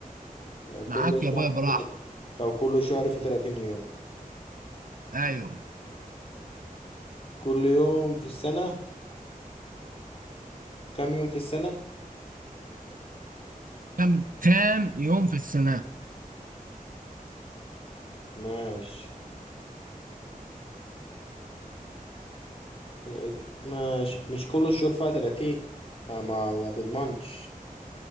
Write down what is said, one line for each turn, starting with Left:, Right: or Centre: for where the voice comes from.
Left: لو كل
Right: معاك
Left: شهر
Right: يا بابا براحة
Left: في 30 لو كل شهر في 30 يوم
Right: ايوه
Left: كل يوم في السنة كم يوم في السنة؟
Right: كام كام يوم في السنة
Left: ماشي الإج- ماشي مش كل الشهور فيها 30 فما ما تضمنش